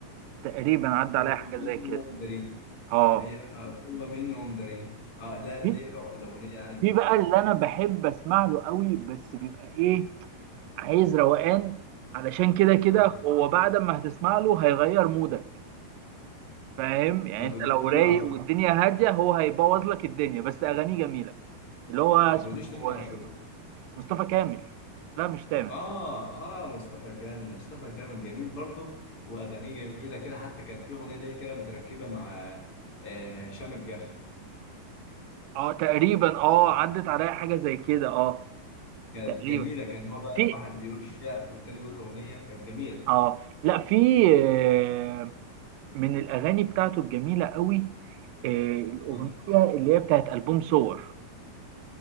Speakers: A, on the right; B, on the left.
A: تقريبا عدى
B: جوه
A: عليا حاجه
B: منهم
A: زي كده
B: داري
A: اه
B: هي آه جوه منهم داري اه ده دي
A: في
B: الاغنيه يعني من
A: في
B: البدايه
A: بقى اللي انا بحب اسمع له قوي بس بيبقى ايه عايز روقان علشان كده كده
B: اه
A: هو بعد ما هتسمع له هيغير مودك فاهم يعني
B: ما تقوليش
A: انت لو
B: تامر
A: رايق
B: عاشور
A: والدنيا هاديه هو هيبوظ لك الدنيا بس اغانيه جميله اللي هو اسمه
B: ما تقوليش تامر عاشور
A: آه، مصطفى كامل لا مش تامر
B: اه اه مصطفى كامل مصطفى كامل جميل برضه واغانيه جميله كده حتى كان في اغنيه ليه كده متركبه مع آه، هشام الجح
A: اه تقريبا اه عدت عليا حاجه زي كده اه
B: كانت
A: تقريبا
B: جميله كان هو بقى
A: في
B: واحد بيقول الشعر والتاني بيقول اغنيه كانت جميله
A: اه لا في آه، من الاغاني بتاعته الجميله قوي آه، الاغنيه
B: مم.
A: اللي هي بتاعت البوم صور